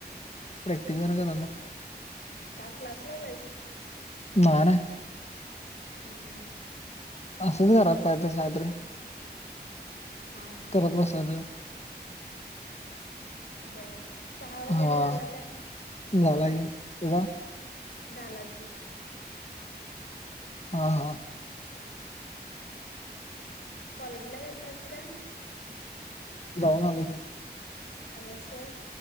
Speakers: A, on the left; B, on the left.
A: प्रॅक्टिस जरा करायलो.
B: का क्लास लावलायस?
A: नाय नाही.
B: हम्म हम्.
A: असंच घरात कायतर कायतर
B: हा हा
A: करत बसायचं.
B: बरं. चहा वगैरे
A: हा
B: झाला काय?
A: झाला की. तुझा?
B: झाला की.
A: हा हा.
B: कॉलेजला गेलतास काय?
A: जाऊन आलो की.
B: आलास होय.